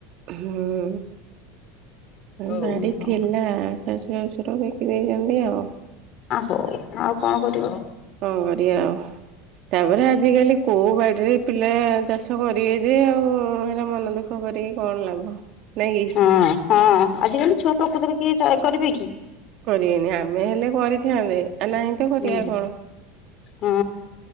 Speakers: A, on the right; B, on the left.
A: ହୁଁ
B: ହଁ
A: ବାଡ଼ି
B: ହଉ
A: ଥିଲା। ଶାଶୁ ଶଶୁର ସେଟାକୁ ବିକି ଦେଇଛନ୍ତି ଆଉ।
B: ଆ ହୋଉ ଆଉ କଣ କରିବ।
A: କଣ କରିବା ଆଉ ତାପରେ ଆ। ଆଜିକାଲି କୋଉ ବାଡ଼ିରେ ପିଲା ଚାଷ କରିବେ ଯେ ଆଉ ଏରା ମନ ଦୁଃଖ କରିକି କଣ ଲାଭ। ନାଇଁ କି
B: ହଁ ହଁ ଆଜିକାଲି ଛୁଆ ପ୍ରକୃତରେ କିଏ ଚ କରିବେ କି।
A: କରିବେନି ଆମେ ହେଲେ କରିଥାନ୍ତେ। ଆ ନାହିଁ ତ କରିବା
B: ହୁଁ
A: କଣ।
B: ହଁ